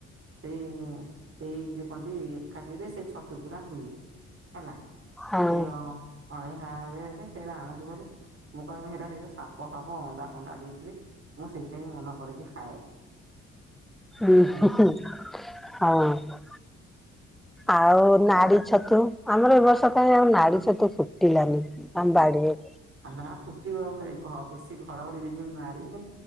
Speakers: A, on the right; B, in the centre.
A: ସେଇ ସେଇ ଯୁ କହନ୍ତି ଏକାଠିରେ ସେଇ ଛତୁ ଗୁଡା ହୁଏ। ହେଲା
B: ହଁ
A: ସେ ଅ ପାଣି <inaudible> ସେଇଟା ଆଣନ୍ତି ବୋଲି ମୁଁ କହିବି ସେଇଟା ହେଇ <unintelligible> ସାପ ଫାପ ଅଣ୍ଡା ଫଣ୍ଡା ଦେଇଥିବେ ମୁଁ ସେଇଟା ହଁି ମନ କରିକି ଖାଏନି।
B: ଉଁ
A: ହେଲା
B: ହଁୁ ହଁୁ ହଁ। ଆଉ ନାଡି ଛତୁ ଆମର ଏ ବର୍ଷ କାହିଁ ଆଉ ନାଡି ଛତୁ ଫୁଟିଲାନି ଆମ ବାଡିରେ।
A: ନା ଫୁଟିବ ଘ ବେଶି ଘଡଘଡି ବିଜୁଳି ମାରିନି।